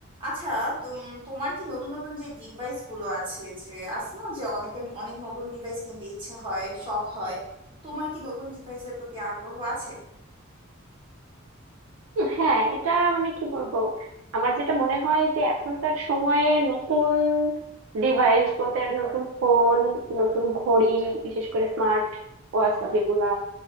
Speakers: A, on the right (about 25°); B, on the right (about 65°).
A: আচ্ছা তুম তোমার কি নতুন নতুন যে ডিভাইস গুলো আছে যে আছে না যে অনেকের অনেক নতুন ডিভাইস কিনতে ইচ্ছা হয় শখ হয় তোমার কি নতুন ডিভাইসের প্রতি আগ্রহ আছে
B: হ্যাঁ এটা মানে কি বলবো আমার যেটা মনে হয় যে এখনকার সময়ে নতুন ডিভাইস বলতে নতুন ফোন নতুন ঘড়ি বিশেষ করে স্মার্ট ওয়াচ যেগুলা